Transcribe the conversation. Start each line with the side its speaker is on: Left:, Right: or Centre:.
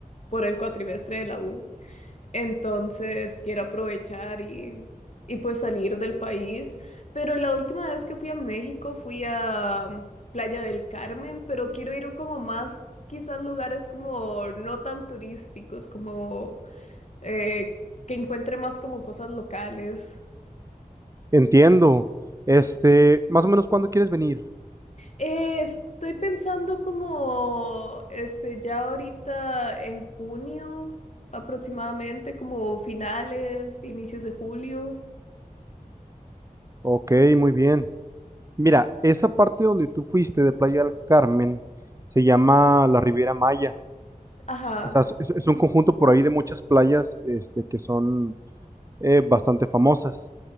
Left: por el cuatrimestre de la U. Entonces quiero aprovechar y, y pues salir del país. Pero la última vez que fui a México fui a mm, Playa del Carmen, pero quiero ir como más, quizás lugares como no tan turísticos, como eh, que encuentre más como cosas locales.
Right: Entiendo. Este, más o menos ¿cuándo quieres venir?
Left: Eh, estoy pensando como, este, ya ahorita en junio aproximadamente, como finales, inicios de julio.
Right: Ok, muy bien. Mira, esa parte donde tú fuiste de Playa del Carmen se llama la Riviera Maya.
Left: Ajá,
Right: O sea, es, es un conjunto por ahí de muchas playas, este, que son eh, bastante famosas.